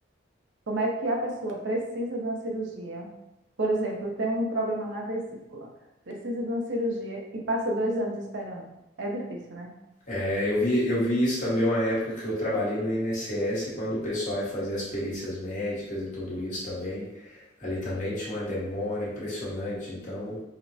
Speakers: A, on the right (about 75°); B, on the left (about 45°).
A: Como é que a pessoa precisa de uma cirurgia? Por exemplo, tem um problema na vesícula, precisa de uma cirurgia e passa dois anos esperando. É difícil, né?
B: É, eu vi, eu vi isso também uma época que eu trabalhei no INSS, quando o pessoal ia fazer as perícias médicas e tudo isso também. Ali também tinha uma demora impressionante. Então,